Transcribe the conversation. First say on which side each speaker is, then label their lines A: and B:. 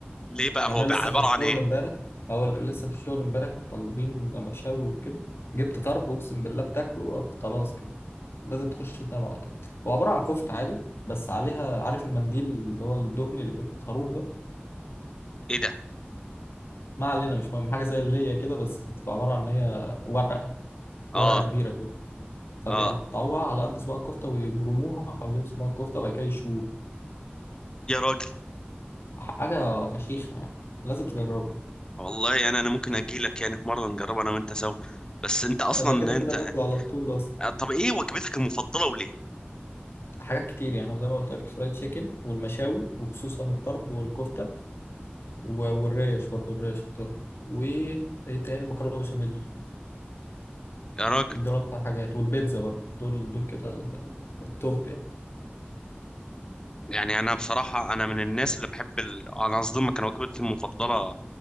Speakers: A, on the left (about 20°); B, on the left (about 80°).
A: ليه بقى
B: يعني
A: هو
B: انا
A: بقى
B: لسه
A: عبارة
B: في الشغل
A: عن ايه
B: امبارح هقول لسه في الشغل امبارح طالبين مشاوي وكده جبت طرب اقسم بالله بتاكله خلاص كده لازم تخش تنام على طول هو عباره عن كفته عادي بس عليها عارف المنديل اللي هو الدهني اللي بيبقى في الخروف ده
A: ايه ده
B: ما علينا مش مهم حاجه زي اللي هي كده بس بتبقى عباره عن ان هي ورقه
A: اه
B: ورقه كبيره كده فبيقطعوها
A: اه
B: على قد صباع الكفته ويبرموها حوالين صباع الكفته وبعد كده يشوها
A: يا راجل
B: حاجة فشيخة يعني لازم تجربه
A: والله انا انا ممكن اجي لك يعني في مرة نجرب انا وانت سوا بس انت اصلا
B: أنا كده كده
A: انت
B: باكله على طول أصلا
A: آه، طب ايه وجبتك المفضله وليه
B: حاجات كتير يعني وزي ما قلت لك الفرايد تشيكن والمشاوي وخصوصا الطرب والكفتة و- والريش برضو الريش الطرب وإيه تاني مكرونة بشاميل
A: يا راجل
B: دول أكتر حاجات والبيتزا برضو دول دول كده ال- التوب يعني
A: يعني انا بصراحه انا من الناس اللي بحب ال... انا اصدمك كان وجبتي المفضله